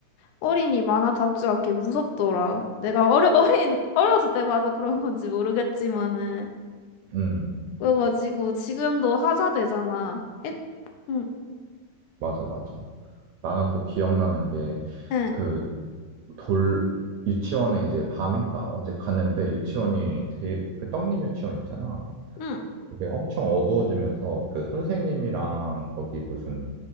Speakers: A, on the left; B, on the right.
A: 어린이 만화답지 않게 무섭더라. 내가 어려, <laughs> 어린, 어렸을 때 봐서 그런 건지 모르겠지만은.
B: 음,
A: 그래가지고 지금도 하자 되잖아. 했, 응.
B: 맞아, 맞아. 나는 또 기억나는 게
A: 응.
B: 그 돌, 유치원에 이제 밤인가 언제 갔는데 유치원이 되, 그 떡잎 유치원 있잖아.
A: 응,
B: 그게 엄청 어두워지면서 그 선생님이랑 거기 무슨